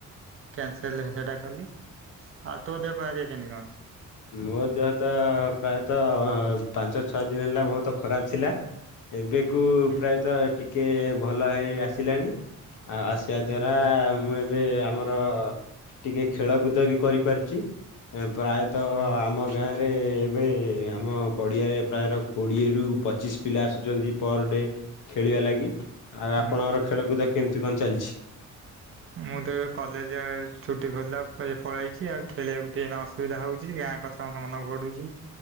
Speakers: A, on the right (about 45°); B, on the left (about 80°).
A: କ୍ୟାନସେଲ ସେଟା କଲି ଆଉ ତୋ ଦେହ ପା ହେରିକା କେମିତି କଣ ଅଛି।
B: ମୋ ଦେହ ତ ପ୍ରାୟତଃ ପାଞ୍ଚ ଛଅ ଦିନ ହେଲା ବହୁତ ଖରାପ ଥିଲା। ଏବେକୁ
A: ହୁଁ
B: ପ୍ରାୟତଃ ଟିକେ ଭଲ ହେଇ ଆସିଲାଣି। ଆଉ ଆସିବା
A: ହୁଁ
B: ଦ୍ଵାରା ମୁଁ ଏ ଏବେ ଆମର ଟିକେ ଖେଳକୁଦ ବି କରିପାରୁଛି ପ୍ରାୟତଃ ତ
A: ହୁଁ
B: ଆମ ଗାଁରେ ଏବେ ଆମ ପଡ଼ିଆରେ ପ୍ରାୟର କୋଡ଼ିଏରୁ ପଚିଶ ପିଲା ଆସୁଛନ୍ତି ପର ଡେ ଖେଳିବା ଲାଗି ଆଉ
A: ହୁଁ।
B: ଆପଣଙ୍କର ଖେଳକୁଦ କେମତି କଣ ଚାଲିଛି?
A: ମୁଁ ତ ଏବେ କଲେଜ ଛୁଟି ଖିଲା ପଳେଇଛି ଆଉ ଖେଳିବାକୁ ଟିକେ ଅ ସୁବିଧା ହଉଛି ଗାଁ କଥା ମନ ପଡୁଛି